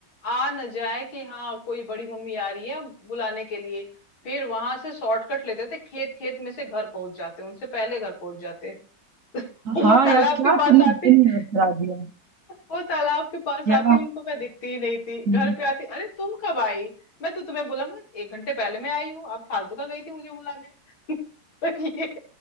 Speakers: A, on the left; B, on the right.
A: आ न जाए कि हाँ कोई बड़ी मम्मी आ रही है बुलाने के लिए फिर वहां से शॉर्टकट लेते थे खेत खेत में से घर पहुंच जाते उनसे पहले घर पहुंच जाते <laughs> वो
B: हाँ
A: तालाब
B: यार क्या
A: के पास
B: तुमने
A: आती
B: दिन
A: <laughs>
B: याद करा दिया
A: वो तालाब के पास
B: क्या
A: आती उनको मैं दिखती ही नहीं थी घर
B: हम्म,
A: पे आती अरे तुम कब आई मैं तो तुम्हें बोला मैं एक घंटे पहले मैं आई हूँ आप फालतू का गई थी मुझे बुलाने <laughs> और ये